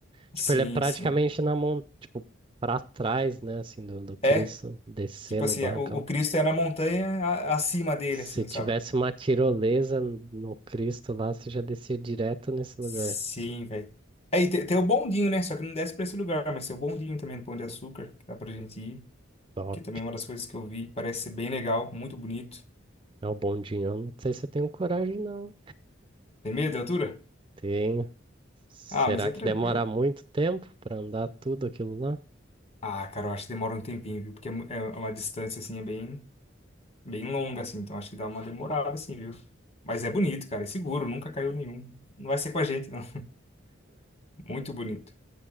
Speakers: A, on the right (about 25°); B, on the left (about 30°).
A: Tipo,
B: Sim,
A: ele é praticamente
B: sim.
A: na mão, tipo, pra trás, né, assim, do, do
B: é
A: Cristo, descer
B: Tipo
A: no
B: assim,
A: barrancão.
B: o, o Cristo é na montanha a- acima dele,
A: Se
B: assim,
A: tivesse
B: sabe?
A: uma tirolesa no Cristo lá, você já descia direto nesse lugar.
B: Sim, velho. Aí tem, tem o bondinho, né? Só que não desce pra esse lugar, mas tem o bondinho também do Pão de Açúcar, que dá pra gente ir,
A: Top.
B: que também é uma das coisas que eu vi, parece ser bem legal, muito bonito.
A: É o bondinho. Eu não sei se eu tenho coragem, não.
B: Tem medo da altura?
A: Tenho. Será
B: Ah, mas é
A: que
B: tranquilo.
A: demora muito tempo pra andar tudo aquilo lá?
B: Ah, cara, eu acho que demora um tempinho, viu? Porque é, mu- é uma distância, assim, é bem, bem longa, assim, então acho que dá uma demorada, assim, viu? Mas é bonito, cara, é seguro, nunca caiu nenhum. Não vai ser com a gente, não. <laughs> Muito bonito.